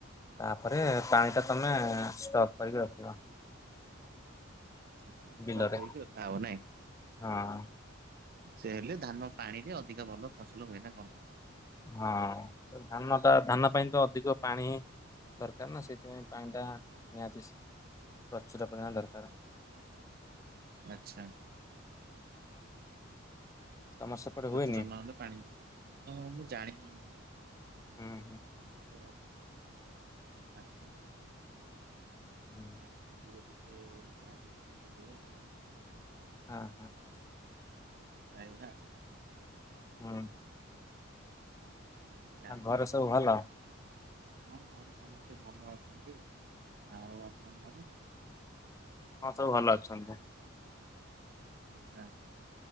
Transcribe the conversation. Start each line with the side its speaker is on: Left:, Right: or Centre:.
Left: ତା ପରେ ପାଣି ଟା ତମେ ଷ୍ଟପ କରିକି ରଖିବ।
Right: ଆଛା ଆଛା। ଷ୍ଟପ
Left: ବିଲରେ
Right: କରିକି ରଖାହେବ ନାହିଁ?
Left: ହଁ।
Right: ସେ ହେଲେ, ଧାନ ପାଣିରେ ଅଧିକ ଭଲ ଫସଲ ହୁଏ। ନା କଣ?
Left: ହଁ ଧାନ ଟା, ଧାନ ପାଇଁ ତ ଅଧିକ ପାଣି ଦରକାର ନା। ସେଇଥିପାଇଁ ପାଣି ଟା ନିହାତି, ପ୍ରଚୁର ପରିମାଣ ଦରକାର।
Right: ଆଛା।
Left: ତମର ସେପଟେ
Right: ପ୍ରଚୁର
Left: ହୁଏନି
Right: ନହେଲେପାଣି, ମୁଁ ଜାଣିନି। ଧାନ ମୁଁ
Left: ହୁଁ, ହୁଁ।
Right: ତ ରାଜଧାନୀ
Left: ହୁଁ।
Right: ଏଠି ଦୂର ଯେତେ, ପାଞ୍ଚଶହ କିଲୋମିଟର ଦୂର।
Left: ଆ ହାଃ।
Right: ରାୟଗଡା।
Left: ହୁଁ।
Right: ମୁଁ କିଛି ଜାଣିନି
Left: ଆଉ ଘରେ
Right: କିଛି
Left: ସବୁ
Right: କଣ
Left: ଭଲ?
Right: ହୋଇଛି? ହଁ ଘରେ ସମସ୍ତେ, ଭଲ ଅଛନ୍ତି। ଆଉ ଆପଙ୍କ ଘରେ?
Left: ହଁ ସବୁ ଭଲ ଅଛନ୍ତି।
Right: ଆଛା